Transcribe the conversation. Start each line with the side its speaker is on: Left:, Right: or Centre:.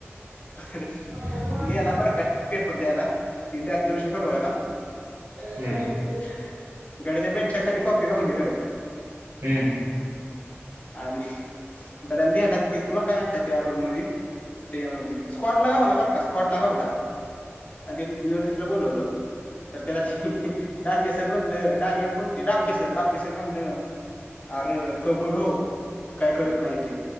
Left: प हं रत
Right: हम्म.
Left: गेला बरं का पेपर द्यायला ती बॅकचं विषय सोडवायला.
Right: हम्म.
Left: हम् ह गड्याच्या बेंचच्या खाली कॉपी घावली र
Right: हम्म.
Left: आणि अहं ह ह गड्या लीहाला तिथं होता ना त्या रूम मध्ये. ते यामध्ये स्काॅडला घातला बरं का स्काॅडला घावला आणि त्यांनी युनिव्हर्सिटीला बोलावल तर त्याला शि हीं हीं डांगेसर म्हणलं डांगे कोण ती डाकेसर डाकेसर म्हणलं. आरे कबूल हो. काय करत नाही ते